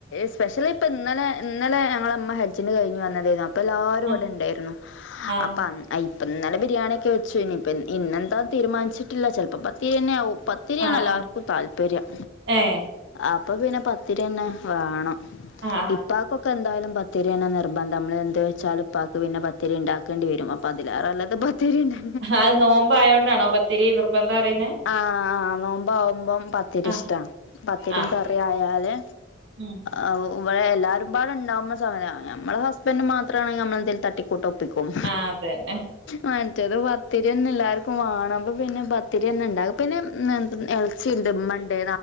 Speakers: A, on the left; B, on the right.
A: സ്പെഷ്യല് ഇപ്പൊ ഇന്നലെ ഇന്നലെ ഞങ്ങള അമ്മ ഹജ്ജിന് കഴിഞ്ഞഞ് വന്നതായിരുന്നു അപ്പൊ എല്ലാവരും ഇവിടെ
B: ആഹ്
A: ഉണ്ടായിരുന്നു
B: ആഹ്
A: അപ്പ അഹ്‌ ഇപ്പ ഇന്നലെ ബിരിയാണി ഒക്കെ വെച്ചു ഇനി ഇപ്പ ഇന്നെന്താ തീരുമാനിച്ചിട്ടില്ല ചിലപ്പോപത്തിരി തന്നെ ആവും പത്തിരിയാണ്
B: ആഹ്
A: എല്ലാവർക്കും
B: ആഹ്
A: താല്പര്യം
B: ഏഹ്
A: അപ്പൊ പിന്നെ പത്തിരി തന്നെ വേണം
B: ആഹ്‌
A: ഇപ്പാക്കക്ക്ൊക്കെ എന്തായാലും പത്തിരിയാണ് നിർബന്ധം നമ്മൾ എന്ത് വെച്ചാൽ ഉപ്പാക്ക് പിന്നെ പത്തിരി ഉണ്ടാക്കേണ്ട വരും അപ്പം പതിലാറ അല്ലാെ പത്തിരിന്നെ
B: ആ അത് നോമ്പ് ആയതോണ്ടാണോ പത്തിരി നിർബന്ധം അറീനെ
A: ആഹ ആ നോമ്പാവുമ്പം പത്തിരി
B: ആഹ്
A: ഇഷ്ടാണ് പത്തിരിയും
B: ആഹ്
A: കറി ആയാല്
B: ഉം
A: ആ ഇവിടെ എല്ലാവരും പാടുണ്ടാവുന്ന സമയമാണ് നമ്മെ ഹസ്ബൻഡ മാത്രമാണെങ്കിൽമ്മളെന്തേലും തട്ടിക്കൂട്ട് ഒപ്പിക്കും
B: ആ അത തന്നെ
A: മറ്റത് പത്തിരി തന്നെ എല്ലാവർക്കും വേണം അപ്പ പിന്നെ പ ത്തിരി തന്നെ ഉണ്ടാകും പിന്നെ എ ഇളച്ചി ഉണ്ട് ഉമ്മണ്ട്